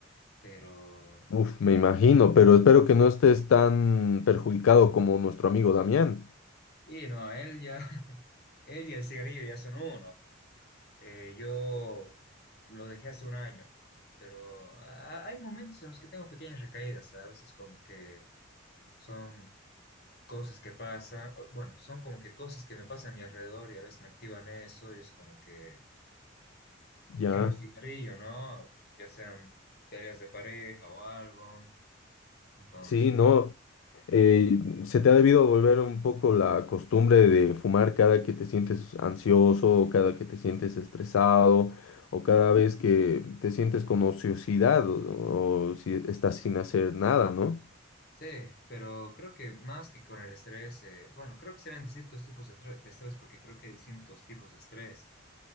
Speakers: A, on the left; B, on the left.
A: Pero,
B: Uf, me imagino, pero espero que no estés tan perjudicado como nuestro amigo Damián.
A: y no, él ya, <laughs> él y el cigarrillo ya son uno. Eh, yo lo dejé hace un año, pero a- hay momentos en los que tengo pequeñas recaídas, ¿sabes? Es como que son cosas que pasan, o- bueno, son como que cosas que me pasan a mi alrededor y a veces me activan eso y es como que
B: Ya.
A: quiero un cigarrillo, ¿no? Ya sean peleas de pareja o algo. Entonces,
B: Sí, no. eh, se te ha debido volver un poco la costumbre de fumar cada que te sientes ansioso, o cada que te sientes estresado, o cada vez que te sientes con ociosidad, o o si estás sin hacer nada, ¿no?
A: sí, pero creo que más que con el estrés, eh, bueno, creo que serán distintos tipos de, tre- de estrés porque creo que hay distintos tipos de estrés.